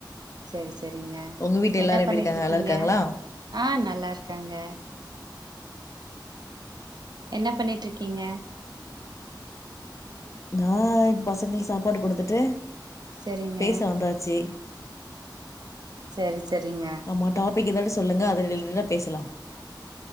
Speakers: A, on the right; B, on the left.
A: சரி சரி சரிங்க
B: உங்க வீட்ல
A: என்ன
B: எல்லாரும் எப்டி
A: பண்ணிட்டு
B: இருக்காங்க
A: இருக்கீங்க
B: நல்லா இருக்காங்களா
A: ஆஹ் நல்லா இருக்காங்க என்ன பண்ணிட்டு இருக்கீங்க
B: நா பசங்களுக்கு சாப்பாடு குடுத்துட்டு
A: சரிங்க
B: பேச வந்தாச்சு
A: சரி சரிங்க
B: ஆமா டாபிக் ஏதாவது சொல்லுங்க அத ரிலேட்டடா பேசலாம்